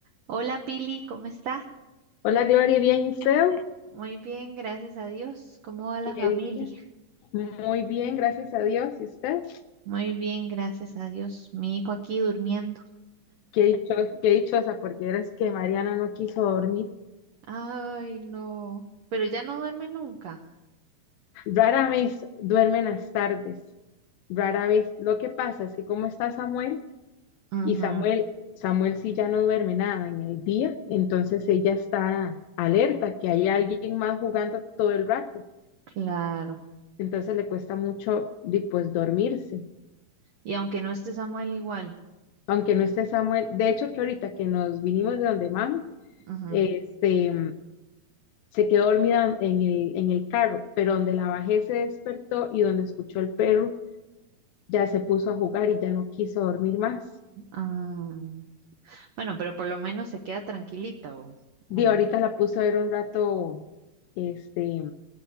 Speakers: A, on the right; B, on the left.
A: Hola Pili, ¿cómo está?
B: Hola Glory, bien, ¿y usted?
A: Muy bien, gracias a Dios. ¿Cómo va la
B: ¿Qué dice?
A: familia?
B: Muy bien, gracias a Dios. ¿Y usted?
A: Muy bien, gracias a Dios. Mi hijo aquí durmiendo.
B: Qué dicho, qué dichosa, porque verás que Mariana no quiso dormir.
A: Ay, no. Pero ya no duerme nunca.
B: Rara vez duermen las tardes, rara vez. Lo que pasa es que como está Samuel,
A: Ujú,
B: y Samuel, Samuel sí ya no duerme nada en el día, entonces ella está alerta que hay alguien más jugando todo el rato.
A: claro.
B: Entonces le cuesta mucho, di, pues, dormirse.
A: Y aunque no esté Samuel igual.
B: Aunque no esté Samuel, de hecho que ahorita que nos vinimos de donde mami,
A: Ujú.
B: este, se quedó dormida en el, en el carro, pero donde la bajé se despertó y donde escuchó el perro ya se puso a jugar y ya no quiso dormir más.
A: Ah, Bueno, pero por lo menos se queda tranquilita o, o-
B: Y ahorita la puse a ver un rato, este,